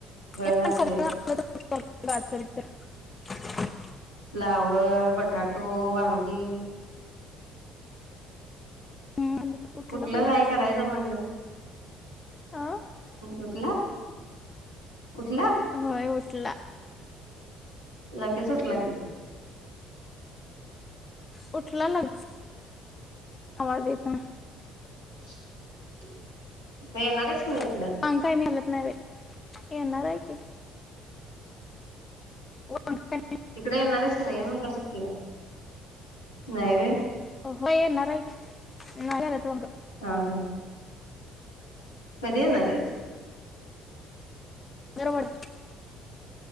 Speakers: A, on the left; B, on the left.
A: पण
B: लागते
A: सगळ लागत. <inaudible>
B: फ्लावर बटाटो वांग ह.
A: हम्म उठला
B: कुठलं
A: बाई
B: काय
A: ह्यो.
B: करायचं म्हणलं
A: अ
B: उठला? उठला?
A: होय उठला
B: लगेच उठला की?
A: उठला लगेच. आवाज येतो.
B: ह <unintelligible> मग येणार का नाही.
A: सांग काय मला. नाय बाय येणारारय की. वांग काय
B: इकडे येणारच की नाही म्हंटलं, सुट्टीला नाही
A: नाही हो येणार आहे की नाही घालत वांग
B: हा हा. कधी येणार आहेस.
A: फरवड <unintelligible>